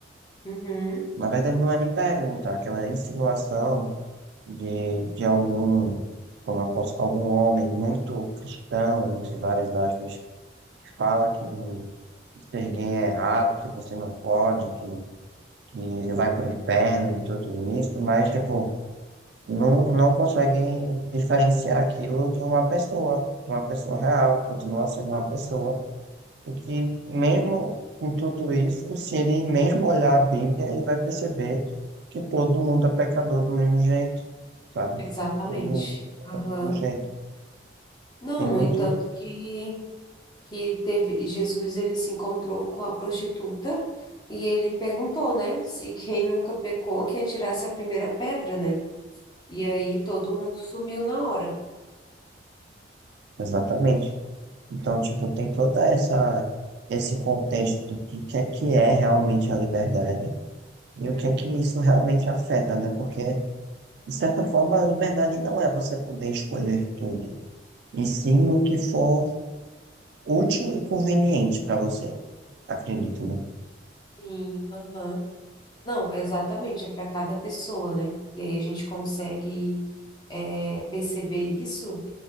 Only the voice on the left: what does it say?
Uhum.
Aham.
Exatamente.
Aham.
Não,
no
entanto que que teve Jesus ele se encontrou com a prostituta e ele perguntou, né, se quem nunca pecou que atirasse a primeira pedra, né? E aí todo mundo sumiu na hora.
Hum,
Sim, aham. Não, exatamente, é para cada pessoa, né? E aí a gente consegue é, perceber isso